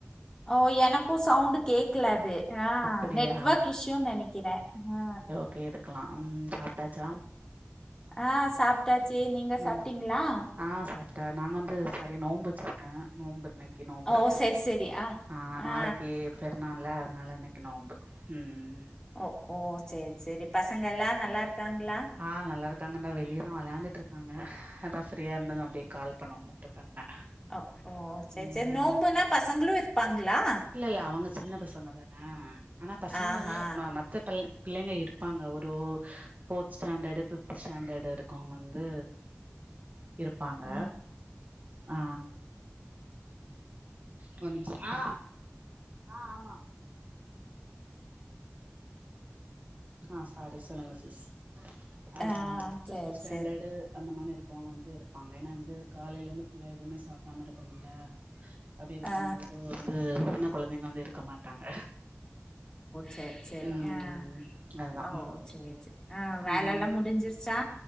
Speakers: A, on the left; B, on the right.
A: ஓ எனக்கு சவுண்டு கேக்கல அது ஆ
B: அப்படியா
A: நெட்வொர்க் இஷ்யூன் நெனைக்கிற ஆ
B: அப்டியே இருக்கலா அம் சாப்ட்டாச்சா
A: ஆ சாப்ட்டாச்சு நீங்க
B: ம்
A: சாப்ட்டீங்களா
B: ஆ சாப்பிட்டேன் நாங்க வந்து சாரி நோம்பு வச்சுருக்கேன் நோம்பு இன்னை கி நோம்புருக்கேன்
A: ஓ செரி செரி ஆ
B: அ நாளைக்கு
A: ஆ
B: பெருநாள்ல அதனா இன்னைக்கு நோம்பு ம்
A: ஓ ஓ சேரி சேரி பசங்கலா நல்லா இருக்காங்களா
B: அ நல்ல இருக்காங்க தா வெளியதான் வெளயாண்டுட்டு இருக்காங்க அதா ஃப்ரியா இருந்தன்னு அப்டியே கால் பண்ணோ மட்டு பண்ணேன்
A: ஓ ஓ செரி
B: ம்
A: செரி நோம்புனா பசங்களு இருப்பாங்களா
B: இல்லல்ல அவங்க சின்ன பசங்க தான ஆனா பசங்க
A: ஆஹா
B: வந்து ம மத்த ப பிள்ளைங்க இரு ப்பாங்க ஒரு ஓ ஃபோர்த் ஸ்டாண்டர்டு ஃப்த் ஸ்டாண்டர்டு இருக்கங்க வந்து இருப்பாங்க
A: ஆ
B: ஆ கொஞ்சோ ஆ ஆ ஆமா ஆ சாரி சொல்லுங்க சிஸ் அதுனா
A: ஆ
B: ஃப்த்து
A: செரி
B: ஸ்டண்டடு
A: செரி
B: அந்த மாணி இருக்கவங்க வந்து இருப்பாங்க ஏன்னா இந்து காலையில இருந்து ஃபுல்லா எதுவுமே சாப்டாம இருக்கணும்ல அப்டி இருக்கும்போது
A: ஆ
B: வந்து சின்ன கொழந்தைங்க வந்து இருக்க மாட்டாங்க
A: செர் சேரி
B: ம்
A: அ
B: அதா
A: ஓ சேரி சேரி அ வேலை
B: ம்
A: எல்லாம் முடிஞ்சிருச்சா